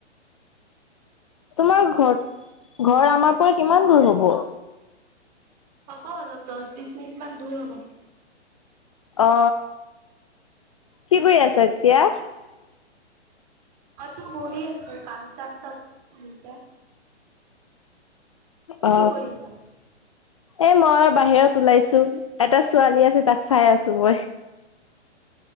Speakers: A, on the left; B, on the right.
A: তোমাৰ ঘৰ ঘৰ আমাৰ পৰা কিমান দূৰ হব।
B: হ'ব অলপ দহ বিশ মিনিট মান দূৰ হ'ব।
A: অ কি কৰি আছ এতিয়া।
B: মই তো বহি আছোঁ কাম চাম চব কৰি এতিয়া। তুমি
A: অ
B: কি কৰিছা?
A: এ মই বাহিৰত। ওলাইছোঁ এটা ছোৱালী আছে তাক চাই আছোঁ মই।